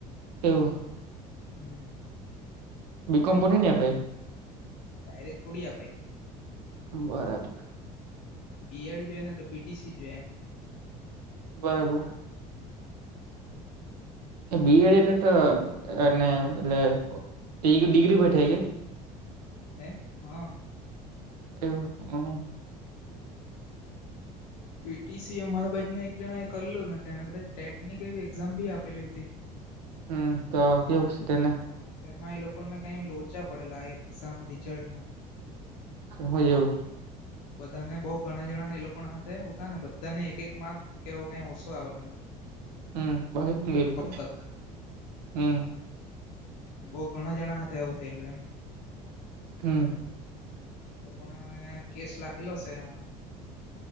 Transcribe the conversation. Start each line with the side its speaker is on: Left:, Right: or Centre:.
Right: એવું?
Left: હમ
Right: બીકોમ પછી ની અપાય?
Left: ડાયરેક્ટ થોડી અપાય.
Right: બરાબર.
Left: બીએડ જોઈએ ને તો પીટીસી જોએ
Right: બરાબર. બી એડ એટલે તો અને એટલે ડિગ્રી બેઠે કે
Left: એ હા.
Right: એ હ. હમ.
Left: પીટીસી અમરબજને એક જણા એ કરલું ને તેને કદાચ ટેટનિક એવી એક્ઝામ ભી આપેલી હતી.
Right: હમ તો કેવું. તેને
Left: પણ તેમાં એ લોકોને કઈ લોચા પડેલા આ એક્ઝામ રિઝલ્ટમાં
Right: એ હોું.
Left: બધા ને બઉ ઘણા જણા ને એ લોકો હાથે ઉથા ને બધાને એક એક માર્ક કેવું કઈ ઓછો આવેલોમ.
Right: હમ ભાઈ બરું તો
Left: કરતા
Right: હમ
Left: બઉ ઘણા જણા સાથેથે આવવું થયેલું એમ
Right: હમ
Left: એ લોકોને હવે કેસ લખેલો છે હવે.